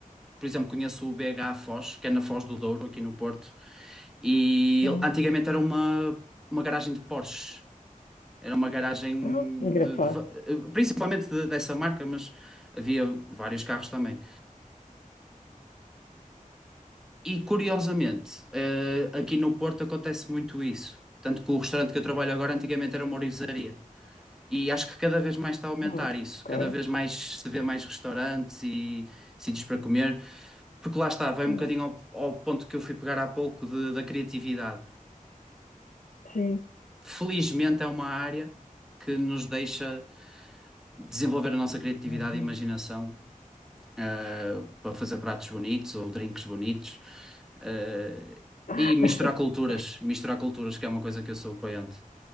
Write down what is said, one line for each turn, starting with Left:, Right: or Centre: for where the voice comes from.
Centre: por exemplo, conheço o BH Foz, que é na Foz do Douro, aqui no Porto, e
Left: Uhum.
Centre: antigamente era uma, uma garagem de Porsche. Era uma garagem
Left: Ah, engraçado.
Centre: de, de eh, principalmente de- dessa marca, mas havia vários carros também. E curiosamente, eh, aqui no Porto acontece muito isso. Tanto que o restaurante que eu trabalho agora antigamente era uma orivesaria. E acho que cada vez mais está a aumentar
Left: Ah,
Centre: isso,
Left: ok.
Centre: cada vez mais se vê mais restaurantes e sítios para comer, porque lá está, vai
Left: Uhum.
Centre: um bocadinho ao, ao ponto que eu fui pegar há pouco de- da criatividade.
Left: Sim.
Centre: Felizmente é uma área que nos deixa desenvolver a nossa criatividade
Left: Uhum.
Centre: e imaginação, eh, para fazer pratos bonitos ou drinks bonitos, eh,
Left: <laughs>
Centre: e misturar culturas, misturar culturas, que é uma coisa que eu sou apoiante.